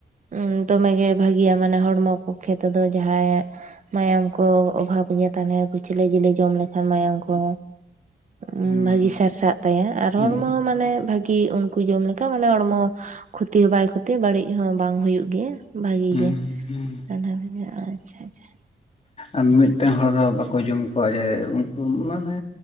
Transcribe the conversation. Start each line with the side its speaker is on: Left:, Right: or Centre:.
Right: ᱩᱸ ᱫᱚᱢᱮ ᱜᱮ ᱵᱷᱟᱹᱜᱤᱭᱟ ᱢᱟᱱᱮ ᱦᱚᱲᱢᱚ ᱯᱚᱠᱷᱮ ᱛᱮᱫᱚ ᱡᱟᱦᱟᱸᱭᱟᱜ ᱢᱟᱭᱟᱢ ᱠᱚ ᱚᱵᱷᱟᱵᱽ ᱜᱮᱭᱟ ᱛᱟᱦᱮᱞᱮ ᱠᱩᱪᱞᱟᱹ ᱡᱤᱞᱼᱮ ᱡᱚᱢ ᱞᱮᱠᱷᱟᱱ ᱢᱟᱭᱟᱝ ᱠᱚ ᱩᱸ
Left: ᱦᱩᱸ
Right: ᱵᱷᱟᱹᱜᱤ ᱥᱟᱨᱥᱟᱜ ᱛᱟᱭᱟ ᱟᱨ
Left: ᱦᱩᱸ
Right: ᱦᱚᱲᱢᱚ ᱦᱚᱸ ᱢᱟᱱᱮ ᱵᱷᱟᱹᱜᱤ ᱩᱱᱠᱩ ᱡᱚᱢ ᱞᱮᱠ- ᱪᱮᱠᱟ ᱢᱟᱱᱮ ᱦᱚᱲᱢᱚ ᱠᱷᱚᱛᱤ ᱦᱚᱸ ᱵᱟᱭ ᱠᱷᱚᱛᱤᱭᱟ, ᱵᱟᱹᱲᱤᱡ ᱦᱚᱸ ᱵᱟᱝ ᱦᱚᱸ ᱦᱩᱭᱩᱜ ᱜᱮᱭᱟ᱾ ᱵᱷᱟᱜᱤ
Left: ᱦᱩᱸ
Right: ᱜᱮ
Left: ᱦᱩᱸ
Right: <unintelligible> ᱟᱪᱪᱷᱟ ᱟᱪᱪᱷᱟ
Left: ᱟᱨ ᱢᱤᱫᱴᱮᱱ ᱦᱚᱲ ᱦᱚ ᱵᱟᱠᱚ ᱡᱚᱢ ᱠᱚᱣᱟ ᱡᱮ ᱩᱱᱠᱩ ᱢᱟᱱᱮ